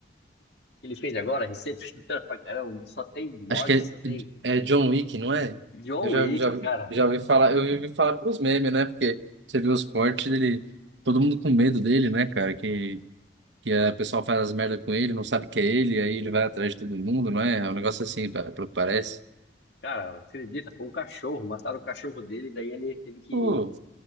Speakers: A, on the left; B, on the right.
A: que ele fez agora, recente, <laughs> pra caramba, só tem morte,
B: Acho que
A: só tem
B: é, é John Wick, não é?
A: John
B: Eu já,
A: Wick,
B: já,
A: cara.
B: já ouvi falar, eu ouvi falar pelos memes, né? Porque você viu os cortes dele, todo mundo com medo dele, né, cara? Que, que a pessoa faz as merdas com ele, não sabe que é ele, aí ele vai atrás de todo mundo, não é? É um negócio assim, pa- pelo que parece.
A: Cara, acredita, foi um cachorro, mataram o cachorro dele, daí ele teve que
B: Pô,